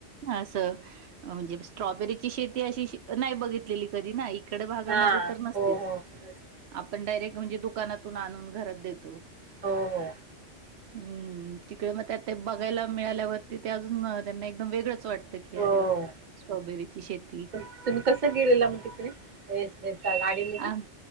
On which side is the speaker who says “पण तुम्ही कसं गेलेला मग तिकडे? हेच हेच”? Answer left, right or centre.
Right